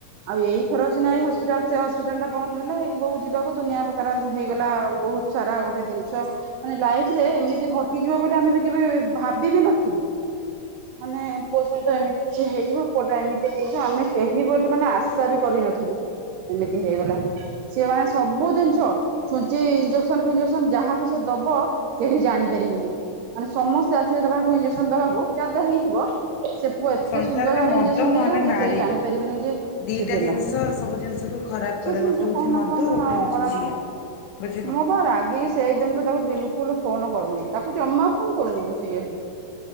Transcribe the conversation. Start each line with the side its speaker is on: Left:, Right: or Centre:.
Right: ଆଉ ଏଇଥର ସିନା ଏଇ ହସ୍ପିଟାଲ ସେ ହସ୍ପିଟାଲ ଟା ବନ୍ଦ ହେଲେ ବୋଉ ଯିବାକୁ ଦୁନିଆ ପ୍ରକାର ହେଇଗଲା ବହୁତ ସାରା ଗୋଟେ ଜିନିଷ ମାନେ ଲାଇଫ ରେ ଏମିତି ଘଟିଯିବ ବୋଲି ଆମେ ବି କେବେ ଭାବିବି ନଥିଲୁ। ମାନେ। ପୁଅ ସହିତ ଏମିତି କିଛି ହେଇଯିବ ପୁଅଟା ଏମିତି ହେଇଯିବ ଆମେ କେହି ବୋଲି ମାନେ ଆଶା ବି କରିନଥିଲୁ। ଏମିତି ହେଇଗଲା ସିଏ ମାନେ ସବୁ ଜିନିଷ ଛୁଞ୍ଚି ଇଞ୍ଜେକ୍ସନ ଫିଞ୍ଜେକ୍ସନ ଯାହାକୁ ସେ ଦବ କେହି ଜାଣିପାରିବେନି। ମାନେ ସମସ୍ତେ ଆସିବେ ତା ପାଖକୁ ଇଞ୍ଜେକ୍ସନ ଦବାକୁ ଯାହାର ଯାହା ହେଇଥିବ। ସେ ପୁଅ ଏତେ
Left: ସଂସାରରେ
Right: ସୁନ୍ଦର ଭାବରେ
Left: ମଦ
Right: ଇଞ୍ଜେକ୍ସନ ଦେଇଦବ
Left: ନହେଲେ
Right: ଯେ
Left: ନାରୀ
Right: କେହି ଜାଣିପାରିବେନି ଯେ
Left: ଦୁଇଟା
Right: ସେ ଦେଲା।
Left: ଜିନିଷ ସବୁ ଜିନିଷକୁ ଖରାପ କରେ
Right: ଛି ଛି
Left: ଗୋଟେ
Right: ଛି
Left: ହେଉଛି
Right: କହନା
Left: ମଦ
Right: କହନା
Left: ଗୋଟେ
Right: ମା ମଙ୍ଗଳା
Left: ହେଉଛି ଝିଅ
Right: ମା।
Left: ବୁଝିଲ
Right: ମୁଁ ବା ରାଗିକି ସେଇ ଦିନରୁୁ ତାକୁ ବିଲ ଲ ଫୋନ କରୁନି ତାକୁ ଜମା ଫୋନ କରୁନି ମୁଁ ସିରିୟସଲି।